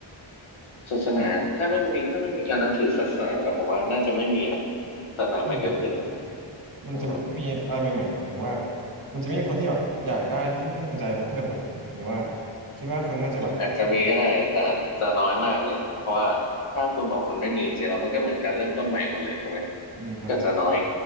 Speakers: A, on the left; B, on the right.
A: ศาสนาถ้าไม่มีถ้าไม่มีการนับถือศาสนาแล้วผมว่าน่าจะไม่มีนะศาสนาไม่เกิดขึ้น
B: ไม่มีเลยเหรอมันจะแบบไม่มีอะไรใหม่ๆหมายถึงว่า
A: อืม
B: มันจะไม่มีคนที่แบบอยากได้ที่พึ่งทางใจมาเพิ่มเหรอครับหรือว่าคิดว่าคนน่าจะแบบ
A: อาจจะมีก็ได้แต่อาจจะน้อยมากเลยเพราะว่าถ้าคุณบอกมันไม่มีจริงๆแล้วมันก็เหมือนการเริ่มต้นใหม่หมดเลยถูกไหม
B: อืมครับ
A: ก็จะน้อย